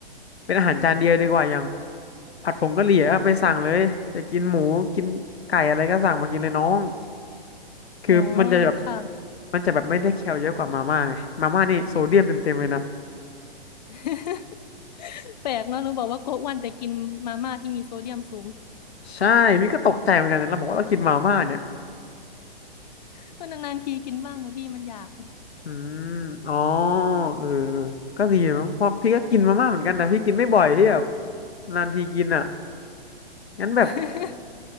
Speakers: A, on the left (about 85°); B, on the left (about 45°).
A: เป็นอาหารจานเดียวดีกว่าอย่างผัดผงกะหรี่ก็ไปสั่งเลยจะกินหมูกินไก่อะไรก็สั่งมากินเลยน้องคือมันจะแบบ
B: อ๋อค่ะ
A: มันจะแบบไม่ได้แคลเยอะกว่ามาม่าไงมาม่านี่โซเดียมเต็มๆเลยนะ
B: <laughs> แปลกเนาะหนูบอกว่าโกะอ้วนแต่กินมาม่าที่มีโซเดียมสูง
A: ใช่พี่ก็ตกใจเหมือนกันนะเราบอกว่าเรากินมาม่าเนี่ย
B: เออนานๆทีกินบ้างค่ะพี่มันอยาก
A: อืมอ๋อ
B: อืม
A: เออก็ดีมะเพราะพี่ก็กินมาม่าเหมือนกัน แต่พี่กินไม่บ่อยพี่แบบนานทีกินอ่ะงั้นแบบ
B: <laughs>